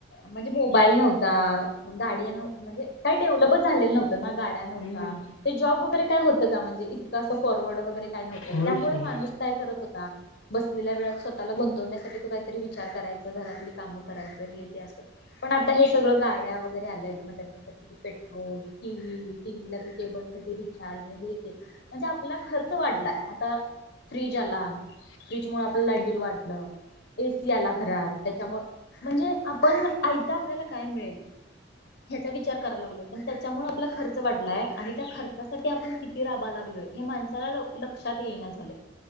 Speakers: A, on the left; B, on the left.
A: म्हणजे मोबाईल नव्हता, गाडी नव्ह म्हणजे काही डेव्हलपच झालेलं नव्हतं त ना गाड्या नव्हता
B: हम्म
A: ते जॉब वगैरे काय होतं का, म्हणजे इतकं असं फॉरवर्ड वगैरे काय नव्हतं,
B: होय
A: त्यामुळ
B: की
A: माणूस काय करत होता? बसलेल्या वेळात स्वतःला गुंतवण्यासाठी, ते काहीतरी विचार करायचा, घरातली कामं करायचं, हे ते असं पण आता हे सगळं गाड्या वगैरे, आल्यात ना त्याच्यासाठी ते पेट्रोल, ती टीव्ही, टीव्हीला ते केबलसाठी रिचार्ज, मग हे ते म्हणजे आपला खर्च वाढलाय, आता फ्रीज आला.
B: ह
A: फ्रीज मूळ आपल्याला लाईट बील वाटलं? एसी आला घरात, त्याच्यामु म्हणजे आपण ऐदा आपल्याला काय मिळेल? ह्याचा विचार करायला लागलोय, पण त्याच्यामुळे आपला खर्च वाढलाय, आणि त्या खर्चासाठी आपणिती राबा लागलोय, हे माणसाला लक्षात येई नाही झालं